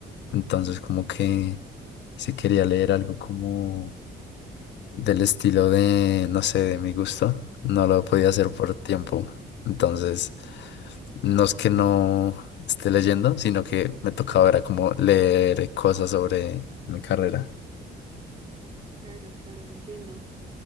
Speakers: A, on the left (about 70°); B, on the right (about 30°).
A: Entonces, como que si quería leer algo como del estilo de, no sé, de mi gusto, no lo podía hacer por tiempo. Entonces, no es que no esté leyendo, sino que me tocaba era como leer cosas sobre mi carrera.
B: Claro, claro, entiendo.